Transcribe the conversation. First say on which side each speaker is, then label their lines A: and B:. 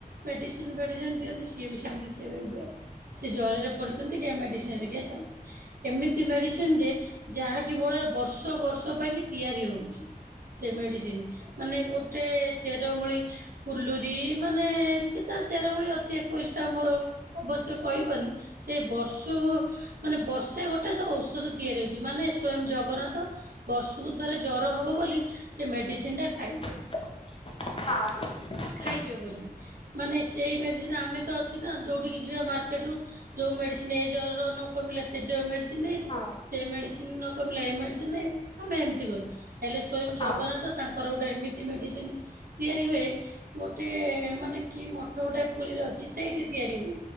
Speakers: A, on the right; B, on the left.
A: ମେଡ଼ିସିନ ଫେଡ଼ିସିନ ଦିଅନ୍ତି ସିଏ ବି ସେମତି ସିଏବି ଏବେ ସେ ଜରରେ ପଡ଼ିଛନ୍ତି ଯା ମେଡ଼ିସିନ ଏରିକା ଚାଲିଚି ଏମିତି ମେଡ଼ିସିନ ଯେ ଯାହାକିଭଳି ବର୍ଷ ବର୍ଷ ପାଇଁ କି ତିଆରି ହଉଚି। ସେ ମେଡ଼ିସିନ ମାନେ ଗୋଟେ ଚେରମୂଳି ଫୁଲୁରି ମାନେ କେତେଟା ଚେରମୂଳି ଅଛି ଏକୋଇଶଟା ମୋର ଅବଶ୍ୟ କହିପାରୁନି ସେ ବର୍ଷୁ ମାନେ ବର୍ଷେ ଗୋଟେ ସେ ଔଷଧ ତିଆରି ହଉଛି ମାନେ ସ୍ଵୟଂ ଜଗନ୍ନାଥ ବର୍ଷକୁ ଥରେ ଜର ହବ ବୋଲି ସେ ମେଡ଼ିସିନଟା ଖାଇବେ।
B: ହଁ <unintelligible>
A: ଖାଇବେ ବୋଲି ମାନେ ସେଇ ମେଡ଼ିସିନ ଆମେ ତ ଅଛି ନା ଯୋଉଠିକି ଯିବା ମାର୍କେଟରୁ ଯୋଉ ମେଡ଼ିସିନ ଏଇ ଜର ନ କମିଲା ସେ ଯ ମେଡ଼ିସି
B: ହଁ
A: ସେ ମେଡିସିନ ନ କ ଏ ମେଡିସିନ ନେଇ କଣ ପାଇଁ ଏମିତି କରୁ। ହେଲେ ସ୍ଵୟଂ
B: ହଁ
A: ଜଗନ୍ନାଥ ତାଙ୍କର ଗୋଟେ ଏମିତି ମେଡ଼ିସିନ ତିଆରି ହୁଏ। ଗୋଟେ ମାନେ କି ମଠ ଗୋଟେ ପୁରୀରେ ଅଛି ସେଇଠି ତିଆରି ହୁଏ।